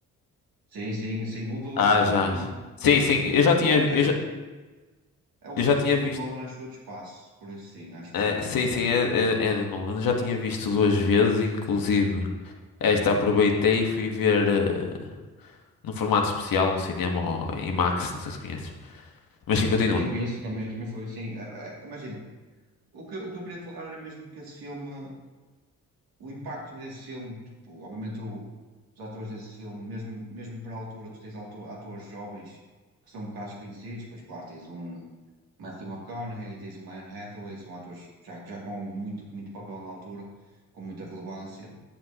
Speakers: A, on the right; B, on the left.
A: Sim, sim, sim. O do,
B: Ah,
A: o do,
B: já. Sim, sim, eu já
A: o,
B: tinha, vi-
A: assim,
B: eu já,
A: é o
B: eu
A: único
B: já tinha
A: filme
B: visto.
A: do Nolan, acho eu, de espaço, por isso sim, acho que
B: é,
A: sim, acho
B: sim,
A: que.
B: sim, é, é, é do Nolan. Eu já tinha visto duas vezes, inclusive. Esta aproveitei e fui ver eh, num formato especial, um cinema ou IMAX, não sei se conheces. Mas sim, continua.
A: Sim, conheço também, também foi, sim. É, é, imagina, o que, eu- o que eu queria falar era mesmo que esse filme o impacto desse filme, tipo, obviamente o- os atores desse filme, mesmo, mesmo para a altura, tu tens auto- atores jovens que são um bocado desconhecidos, pois claro, tens um Matthew McConaughey, tens um Anne Hathaway, são atores já, já com muito, muito papel na altura, com muita relevância,